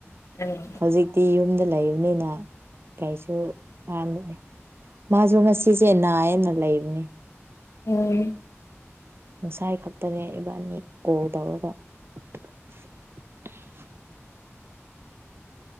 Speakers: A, on the left; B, on the right.
A: ꯎꯝ ꯎꯝ
B: ꯍꯧꯖꯤꯛꯇꯤ ꯌꯨꯝꯗ ꯂꯩ ꯅ ꯀꯩꯁꯨ ꯄꯗꯦ ꯃꯥꯖꯨ ꯉꯁꯤꯁꯦ ꯅꯥꯏꯌꯦꯅ ꯂꯩꯕꯅꯦ
A: ꯎꯝ
B: ꯉꯁꯥꯏ ꯈꯛꯇꯅꯦ ꯏꯕꯥꯅꯤ ꯀꯣꯜ ꯇꯧꯔꯒ <unintelligible>